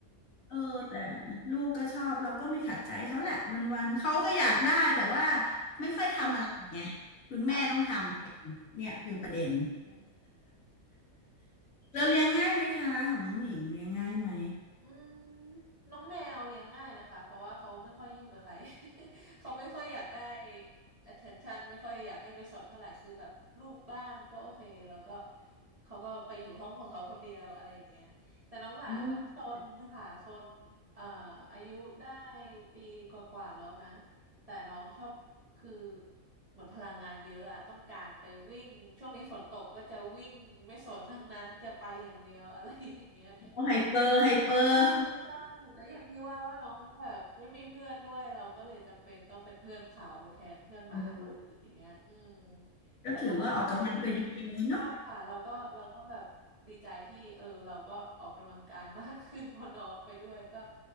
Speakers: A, on the left; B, on the right.
A: เออแต่ลูกก็ชอบเราก็ไม่ขัดใจเขาแหละวันๆเขาก็อยากได้แต่ว่าไม่ค่อยทำอะไรไงคุณแม่ต้องทำเนี่ยคือประเด็น
B: ค่ะอืม
A: เราเลี้ยงง่ายไหมคะของน้องหญิงเลี้ยงง่ายไหม
B: อืมน้องแมวเลี้ยงง่ายนะคะเพราะว่าเขาไม่ค่อยยุ่งกับใคร <laughs> เขาไม่ค่อยอยากได้ attention ไม่ค่อยอยากให้ไปสนเท่าไหร่คือแบบลูปบ้างก็โอเคแล้วก็เขาก็ไปอยู่ห้องของเขาคนเดียวอะไรอย่างเงี้ยแต่น้องหมาก็ซนค่ะซนเอ่ออายุได้
A: โอ
B: ปีกว่าๆแล้วนะแต่น้องชอบคือเหมือนพลังงานเยอะอะต้องการไปวิ่งช่วงนี้ฝนตกก็จะวิ่งไม่สนทั้งนั้นจะไปอย่างเดียวอะไรอย่างเงี้ย
A: ้ไฮเปอร์ไฮเปอร์
B: ใช่ใช่แล้วอย่างที่ว่าว่าน้องแบบไม่มีเพื่อนด้วยเราก็เลยจำเป็นต้องเป็นเพื่อนเขาแทนเพื่อนหมาคนอื่นอย่างเงี้ยอืม
A: <laughs> ก็ถือว่าออกกำลังไปด้วยเนาะ
B: แต่ก็น่ารักใช่ค่ะเราก็เราก็แบบดีใจที่เออเราก็ออกกำลังกายมากขึ้น <laughs> พอน้องไปด้วยก็